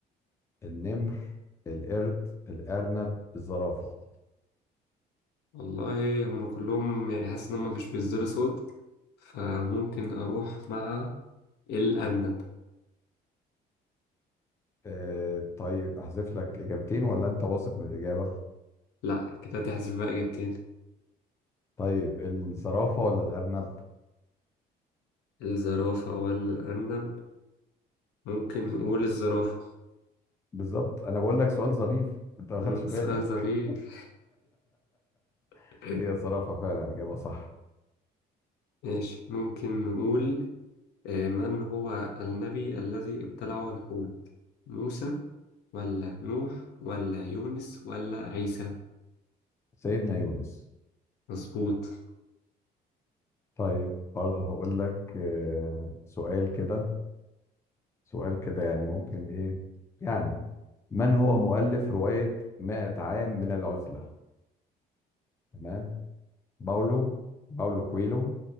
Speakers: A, on the left (about 15°); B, on the left (about 80°).
A: النمر القرد الأرنب الزرافة
B: والله هم كلهم يعني حاسس ان هم مش بيصدروا صوت فممكن اروح مع الأرنب
A: آه طيب أحذف لك إجابتين ولا أنت واثق من الإجابة؟
B: لا كده تحذف بقى إجابتين
A: طيب الزرافة ولا الأرنب؟
B: الزرافة ولا الأرنب ممكن نقول الزرافة
A: بالظبط أنا بقول لك سؤال ظريف أنت ما
B: مم،
A: خدتش
B: سؤال
A: بالك
B: ظريف <laughs>
A: <laughs> هي زرافة فعلا إجابة صح
B: ماشي ممكن نقول آه، من هو النبي الذي ابتلعه الحوت موسى ولا نوح ولا يونس ولا عيسى
A: سيدنا يونس
B: مظبوط
A: طيب برضه هقول لك آه سؤال كده سؤال كده يعني ممكن إيه يعني من هو مؤلف رواية 100 عام من العزلة؟ تمام؟ باولو باولو كويلو